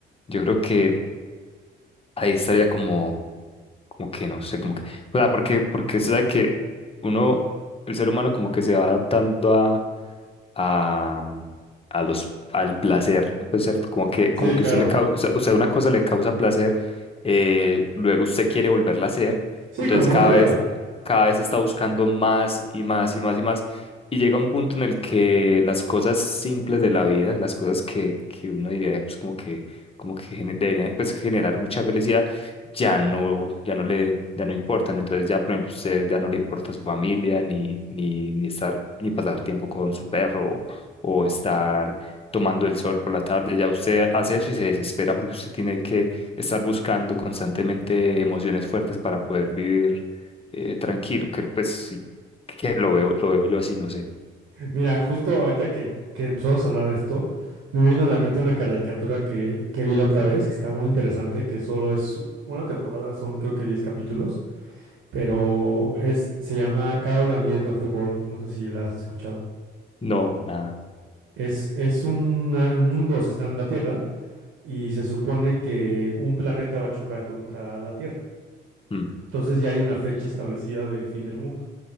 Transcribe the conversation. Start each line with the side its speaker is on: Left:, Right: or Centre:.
Left: yo creo que ahí estaría como, como que no sé, como que, o sea, porque, porque se sabe que uno, el ser humano como que se va adaptando a, a los, al placer, pues, ¿cierto? Como que,
Right: sí,
Left: como que
Right: claro.
Left: usted le causa, o sea, o sea, una cosa le causa placer, eh, luego usted quiere volverla a hacer,
Right: Sí,
Left: entonces
Right: como
Left: cada
Right: una droga.
Left: vez, cada vez está buscando más y más y más y más, y llega un punto en el que las cosas simples de la vida, las cosas que, que uno diría, pues como que, como que gene- deberían pues, generar mucha felicidad, ya no, ya no le, ya no importan. Entonces ya, por ejemplo, usted ya no le importa su familia, ni, ni, ni estar, ni pasar tiempo con su perro, o, o estar tomando el sol por la tarde. Ya usted hace eso y se desespera porque usted tiene que estar buscando constantemente emociones fuertes para poder vivir eh, tranquilo. Que, pues sí, que lo veo, lo veo yo así, no sé.
Right: Mira, justo ahorita que, que empezamos a hablar de esto, me vino a la mente una caricatura que, que vi la otra vez, que está muy interesante, que solo es una temporada, son creo que 10 capítulos, pero es, se llama Carol and the End of the World, no sé si la has escuchado.
Left: No, nada.
Right: Es, es una- un mundo, o sea, está en la Tierra y se supone que un planeta va a chocar contra la Tierra.
Left: Mm,
Right: Entonces ya hay una fecha establecida del fin del mundo.